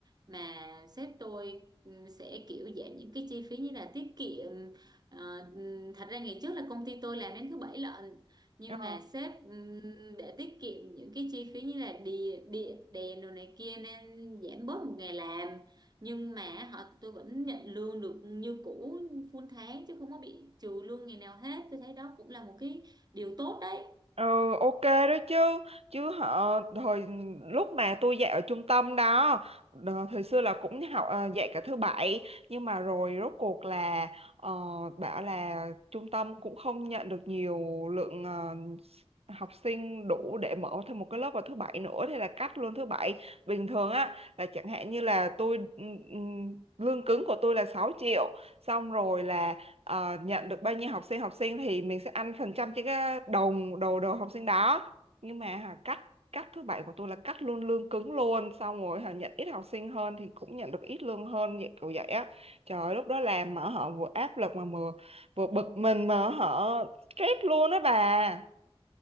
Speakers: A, on the right; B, on the right.
A: Mà sếp tôi ừ, sẽ kiểu giảm những cái chi phí như là tiết kiệm. Ờ, ừ, thật ra ngày trước là công ty tôi làm đến thứ bảy lận nhưng
B: Ờ.
A: mà sếp ừm, để tiết kiệm những cái chi phí như là địa địa đèn đồ này kia nên giảm bớt một ngày làm nhưng mà họ tôi vẫn nhận lương được như cũ full tháng chứ không có bị trừ lương ngày nào hết tôi thấy đó cũng là một cái điều tốt đấy
B: Ừ, ok đó chứ chứ họ hồi lúc mà tôi dạy ở trung tâm đó đờ- thời xưa là cũng học à, dạy cả thứ bảy nhưng mà rồi rốt cuộc là ờ, bảo là trung tâm cũng không nhận được nhiều lượng ờ, học sinh đủ để mở thêm một cái lớp vào thứ bảy nữa thế là cắt luôn thứ bảy bình thường á là chẳng hạn như là tôi ừ, ừ, lương cứng của tôi là sáu triệu xong rồi là ờ, nhận được bao nhiêu học sinh học sinh thì mình sẽ ăn phần trăm trên cái đầu đầu đầu học sinh đó nhưng mà hả, cắt cắt thứ bảy của tôi là cắt luôn lương cứng luôn xong rồi hả, nhận ít học sinh hơn thì cũng nhận được ít lương hơn như kiểu vậy á trời ơi, lúc đó làm mà họ vừa áp lực mà vừa vừa bực mình mà họ stress luôn á bà